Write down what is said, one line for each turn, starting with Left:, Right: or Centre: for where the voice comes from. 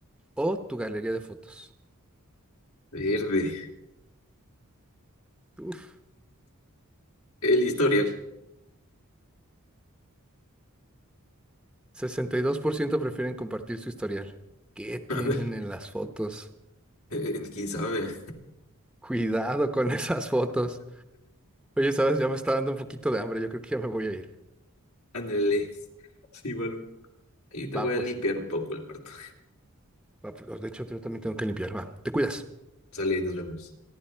Centre: o tu galería de fotos.
Left: Verde.
Centre: Uf,
Left: El historial.
Centre: sesenta y dos por ciento prefieren compartir su historial. ¿Qué tienen
Left: Ándale,
Centre: en las fotos?
Left: <laughs> quién sabe.
Centre: Cuidado con <laughs> esas fotos. Oye, sabes, ya me está dando un poquito de hambre. Yo creo que ya me voy a ir.
Left: Ándale. Sí, bueno. Ahí te
Centre: Va,
Left: voy
Centre: pues.
Left: a limpiar un poco el cuarto.
Centre: Va, pues. De hecho, yo también tengo que limpiar. Va, te cuidas.
Left: Sale, nos vemos.